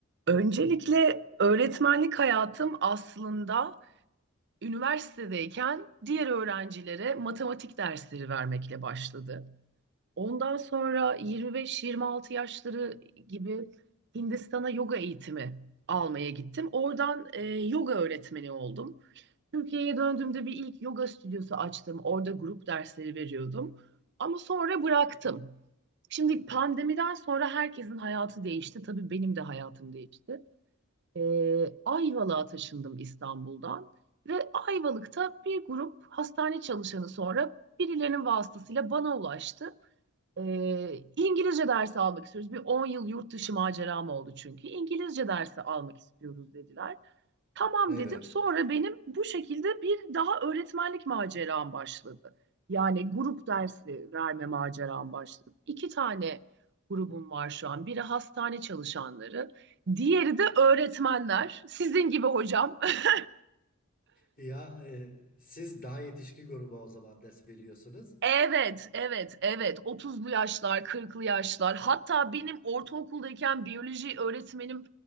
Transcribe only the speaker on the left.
Evet.
Ya e, siz daha yetişkin gruba o zaman ders veriyorsunuz.